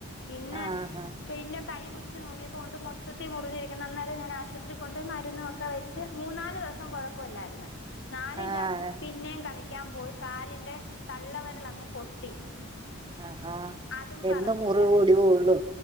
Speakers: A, on the left (about 55°); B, on the right (about 20°).
A: പിന്നെ
B: ആ ആ ആ
A: പിന്നെ കൈ പിടി ച്ച് നോക്കിയപ്പോണ്ട് മൊത്തത്തി മുറിഞ്ഞിരിക്ന്ന് അന്നേരം ഞാൻ ആശുപത്രി കൊണ്ടോ മരുന്നൊക്കെ വെച്ച് മൂന്നാല് ദിവസം കൊഴപ്പല്ലായിര് ന്ന് നാലിന്റെ
B: ആഹ്
A: അന്ന് പിന്നേം കളി ളി ക്കാൻ പോയി കാലിന്റെ തള്ളവിരല ങ്ങ് പൊട്ടി
B: ആഹാ
A: അതും പറഞ്ഞില്ല
B: എന്നും മുറിവ് ഒടിവുള്ളൂ